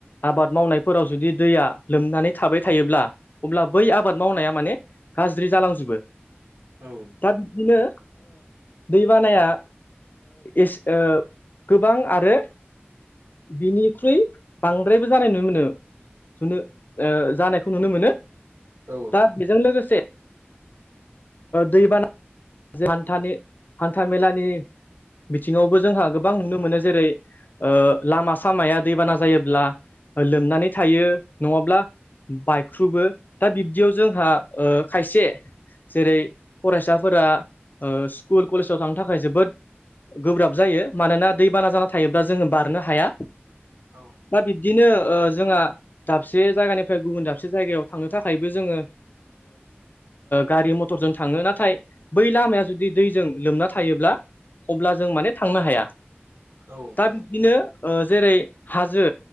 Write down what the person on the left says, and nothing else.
आबाद मावनायफोराव जुदि दैया लोमनानै थाबाय थायोब्ला अब्ला बै आबाद मावनाया माने गाज्रि जालांजोबो।
दा बिदिनो दै बानाया एसे गोबां आरो बिनिख्रुइ बांद्रायबो जानाय नुनो मोनो सुनो जानायखौ नुनो मोनो
दा बेजों लोगोसे दैबाना हान्था मेलानि बिथिङावबो जोंहा गोबां नुनो मोनो जेरै लामा सामाया दैबाना जायोब्ला लोमनानै थायो नङाब्ला बायख्रुबो दा बिब्दियाव जोंहा खायसे जेरै फरायसाफोरा स्कुल कलेजाव थांनो थाखाय जोबोद गोब्राब जायो मानोना दैबाना जाना थायोब्ला जोङो बारनो हाया।
दा बिब्दिनो जोंहा दाबसे जायगानिफ्राय गुबुन दाबसे जायगायाव थांनो थाखायबो जोङो गारि मथर। मटरजों थाङो नाथाय बै लामाया जुदि दैजों लोमना थायोब्ला अब्ला जों माने थांनो हाया
दा बिदिनो जेरै हाजो